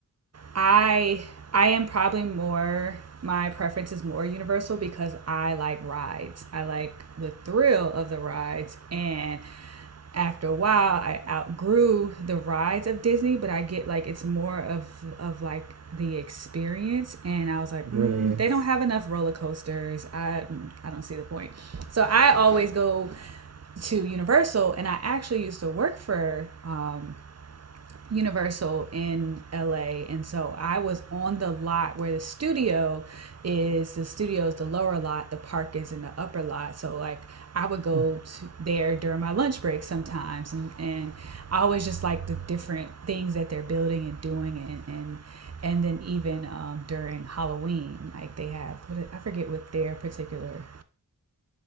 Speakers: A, on the right (about 40°); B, on the right (about 60°).
A: I I am probably more my preference is more universal because I like rides. I like the thrill of the rides and after a while I outgrew the rides of Disney, but I get like it's more of of like the experience and I was like,
B: really
A: mm,
B: is.
A: they don't have enough roller coasters. I mm, I don't see the point. So I always go to Universal and I actually used to work for um, Universal in LA, and so I was on the lot where the studio is. The studio is the lower lot, the park is in the upper lot. So like I would go
B: Mm.
A: to there during my lunch break sometimes, and, and I always just like the different things that they're building and doing, and and and then even um, during Halloween, like they have what I forget what their particular